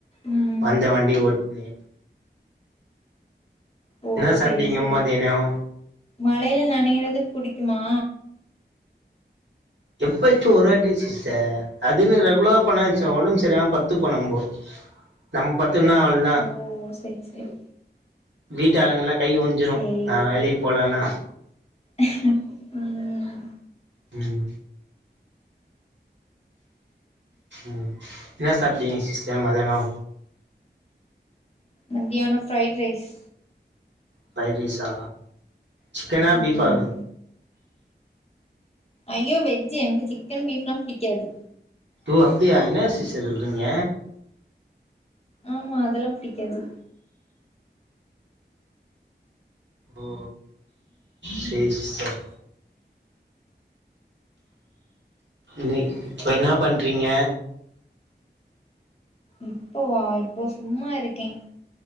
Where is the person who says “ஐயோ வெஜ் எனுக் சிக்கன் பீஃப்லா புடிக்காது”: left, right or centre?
Left